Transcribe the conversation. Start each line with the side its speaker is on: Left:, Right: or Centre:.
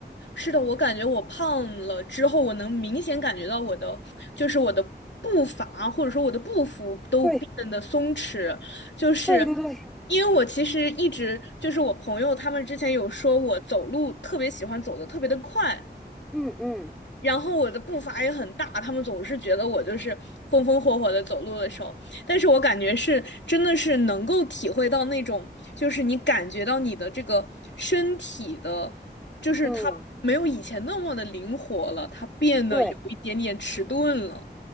Left: 是的，我感觉我胖了之后，我能明显感觉到我的，就是我的步伐或者说我的步幅都变得松弛，
Centre: 对，
Left: 就是
Centre: 对对对，
Left: 因为我其实一直就是我朋友他们之前有说我走路特别喜欢走的特别的快，
Centre: 嗯嗯
Left: 然后我的步伐也很大，他们总是觉得我就是风风火火的走路的时候，但是我感觉是真的是能够体会到那种，就是你感觉到你的这个身体的，就是它没有以前那么的灵活了，
Centre: 嗯，
Left: 它变得有一点点迟钝了。
Centre: 对。